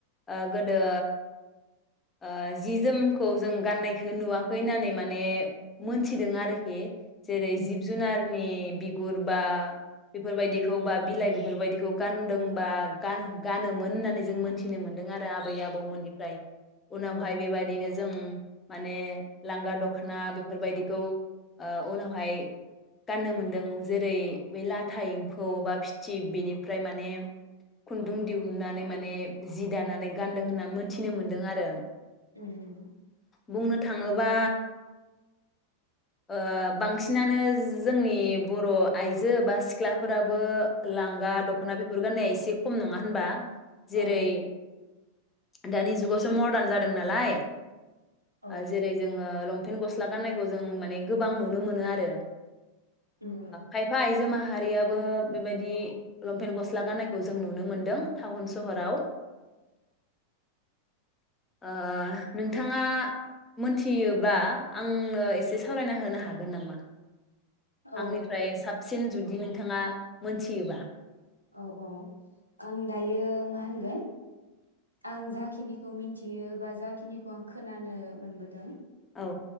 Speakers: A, on the left (about 20°); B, on the right (about 85°).
A: ओ गोदो ओ जि जोमखौ जों गाननायखौ नुवाखै होननानै माने मोनथिदों आरोखि जेरै
B: उम
A: जिब जुनारनि बिगुर बा बेफोरबायदिखौ बा बिलाइ बेफोरबायदिखौ गानदोंबा गान-गानोमोन होननानै जों मोनथिनो मोन्दों आरो आबै आबौमोननिफ्राय। उनावहाय
B: उम
A: बेबायदिनो जों माने लांगा दखना बेफोरबायदिखौ ओ उनावहाय गाननो मोनदों जेरै बै लाथा एम्फौ बा फिथिब बेनिफ्राय माने खुन्दुं दिहुननानै माने जि दानानै गानदों होनना मोन्थिनो मोन दों आरो
B: उम
A: बुंनो थाङोबा ओ बांसिनानो जोंनि बर' आइजो बा सिख्लाफोराबो लांगा दखना बेफोर गाननाया एसे खम नङा होनबा? जेरै
B: औ
A: दानि जुगाव थ मर्दान जादों नालाय
B: औ
A: ओ जेरै जोङो पेन गस्ला गाननायखौ जों माने गोबां नुनो मोनो आरो
B: उम उम
A: खायफा आइजो मा हारियाबो बेबायदि लंपेन गस्ला गाननायखौ जों नुनो मोनदों टाउन सहराव। ओ नोंथाङा मोनथियोबा आंनो एसे सावरायना होनो हागोन नामा?
B: औ
A: आंनिफ्राय साबसिन जुदि नोंथाङा मोनथियोबा
B: औ औ आं दायो मा होनगोन आं जाखिनिखौ मिनथियो बा जाखिनिखौ आं खोनानो मोनबोदों
A: औ